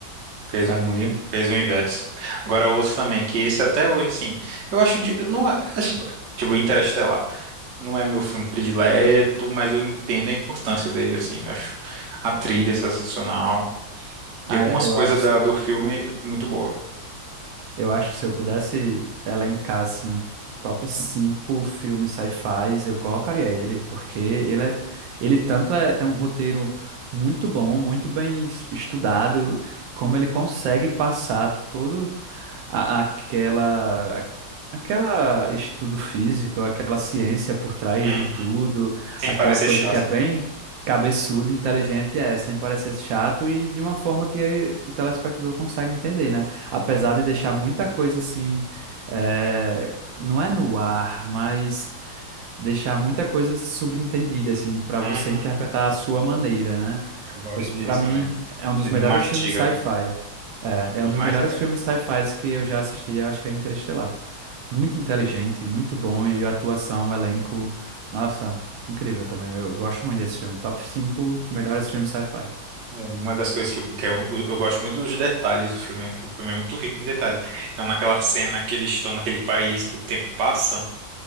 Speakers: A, on the right; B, on the right.
A: fez
B: sabia.
A: um mundo, in- fez o inverso. Agora outro também, que esse até hoje, assim, eu acho de, não é, é tipo, tipo Interestelar. Não é meu filme predileto, mas eu entendo a importância dele, assim, eu acho a trilha é sensacional
B: Ah,
A: e algumas
B: eu
A: coisas
B: eu acho,
A: da, do filme muito boa.
B: eu acho que se eu pudesse elencar assim, um top 5 filmes sci-fi, eu colocaria ele, porque ele, é- ele tanto é, tem um roteiro muito bom, muito bem es- estudado, como ele consegue passar todo. a- aquela a- aquela estudo físico, aquela ciência por trás
A: Uhum.
B: de tudo,
A: Sem
B: aquela
A: parecer
B: coisa
A: chato,
B: que é bem
A: né?
B: cabeçuda, inteligente, é, sem parecer chato e de uma forma que o telespectador consegue entender, né? Apesar de deixar muita coisa assim, é, não é no ar, mas deixar muita coisa subentendida assim para
A: Uhum.
B: você interpretar a sua maneira, né?
A: Eu gosto
B: Pois
A: disso
B: para mim
A: também.
B: é um dos
A: Ele
B: melhores
A: não mastiga,
B: filmes sci-fi.
A: né?
B: É,
A: Não, é
B: é
A: demais,
B: um dos melhores
A: cara.
B: filmes sci-fi que eu já assisti, eu acho que é Interestelar. Muito inteligente, muito bom, e a atuação, o elenco, nossa, incrível também. Eu gosto muito desse filme. Top 5 melhores filmes sci-fi.
A: É, Uma das coisas, tipo, que eu, eu gosto muito dos detalhes do filme, né? Que o filme é muito rico em detalhes. Então, naquela cena que eles estão naquele país que o tempo passa,